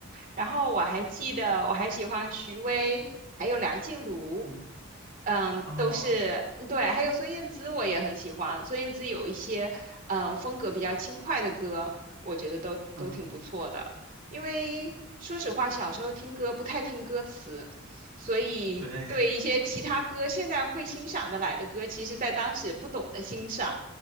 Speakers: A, on the right; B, on the right.
A: 然后我还记得，
B: 对，
A: 我还喜欢徐巍，还有梁静茹，
B: 嗯。
A: 嗯，
B: 哦，
A: 都是对，还有孙燕姿，我也很喜欢。孙燕姿有一些嗯风格比较轻快的歌，我觉得都都挺不错的。
B: 嗯，
A: 因为说实话，小时候听歌不太听歌词，所以对一些其他歌现在会欣赏的来的歌，
B: 对，
A: 其实在当时不懂得欣赏。